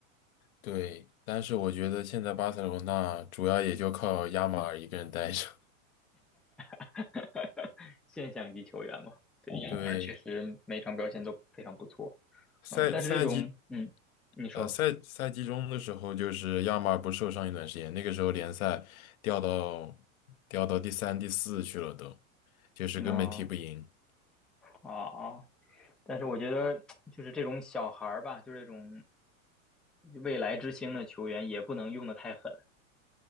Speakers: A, on the left (about 85°); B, in the centre.
A: 对，但是我觉得现在巴塞罗那主要也就靠亚马尔一个人带着。
B: <laughs> 现象级球员嘛。对，亚马确实每场表现都非常不错，
A: <laughs> 对，赛赛季，
B: 嗯，但是这种嗯，你说
A: 呃，赛赛季中的时候，就是亚马尔不是受伤一段时间，那个时候联赛掉到掉到第三、第四去了都，就是根本踢不赢。
B: 那啊啊。但是我觉得就是这种小孩儿吧，就是这种未来之星的球员，也不能用的太狠，